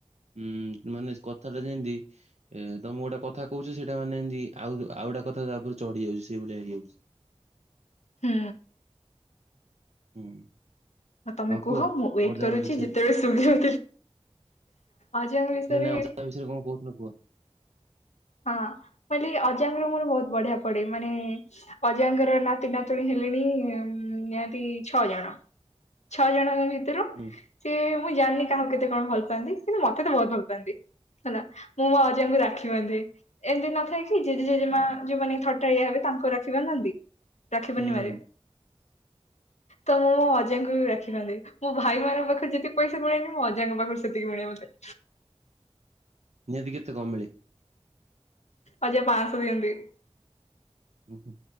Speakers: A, on the right; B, on the left.
A: ଉୁଁ ମାନେ କଥାଟା ଯେମିତି ଏ ତମୁକୁ ଗୋଟେ କଥା କହୁଛି ସେଇଟା ମାନେ ଏମତି ଆଉ ଆଉ ଗଟା କଥା ତାପରେ ଚଢି ଯାଉଛି ସେଇ ଭଳିଆ ହେଇଯାଉଛି
B: ହୁଁ
A: ହୁଁ
B: ହଉ ତମେ
A: ହଁ
B: କୁହ ମୁଁ ୱେଟ
A: ଅଜାମ
B: କରୁଛି
A: ବିଷୟରେ
B: ଯେତେବେଳେ ଶୁଭିବ ଅଜାଙ୍କ ବିଷୟରେ
A: ନାଇଁ ନାଇଁ ଅଜାମ ବିଷୟରେ କଣ କହୁଥିଲ କୁହ?
B: ହଁ ମୁକହିଲି ଅଜାଙ୍କର ମୋର ବହୁତ ବଢିଆ ପଡେ ମାନେ ଅଜାଙ୍କର ନାତି ନାତୁଣୀ ହେଲିଣି ନିହାତି ଛଅ ଜଣ ଛଅ ଜଣଙ୍କ ଭିତରୁ
A: ହୁଁ
B: ସିଏ ମୁଁ ଜାଣିନି କାହାକୁ କେତେ କଣ ଭଲ ପାଆନ୍ତି କିନ୍ତୁ ମତେ ତ ବହୁତ ଭଲ ପାଆନ୍ତି ହେଲା ମୁଁ ମୋ ଆଜାଙ୍କୁ ରାଖି ବାଧେ ଏମିତି ନଥାଏ କି ଜେଜେ ଜେଜେମା ଯୋଉମାନେେ ଥଟାଳିଆ ହବେ ତାଙ୍କୁ ରାଖୀ ବାନ୍ଧନ୍ତି ରାକ୍ଷୀ
A: ହୁଁ
B: ପୂର୍ଣ୍ଣିମା
A: ହୁଁ
B: ରେ
A: <inaudible>
B: ତ ମୁଁ ମୋଅଜାଙ୍କୁ ବି ରାଖିବାନ୍ଧେ ମୋ ଭାଇ ମାନଙ୍କ ପାଖରେ ଯେତିକ ପଇସା ମିଳେନି ମୁଁ ଅଜାଙ୍କ ପାଖରୁ ସେତିକି ମିଳେଇ ଆଛା
A: ନିହାତି କେତେ କମ ମିଳେ
B: ଆଜା ପାସ ଦିଅନ୍ତି
A: ହୁଁ ହୁଁ